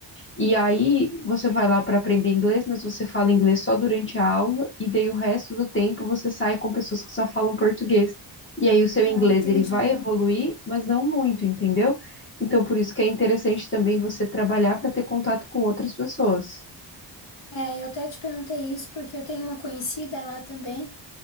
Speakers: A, on the left (about 25°); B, on the left (about 80°).
A: e aí você vai lá para aprender inglês, mas você fala inglês só durante a aula, e daí o resto do tempo você sai com pessoas que só falam português. E aí o seu
B: Ah,
A: inglês
B: entendi.
A: ele vai evoluir, mas não muito, entendeu? Então por isso que é interessante também você trabalhar para ter contato com outras pessoas.
B: É, eu até te perguntei isso porque eu tenho uma conhecida lá também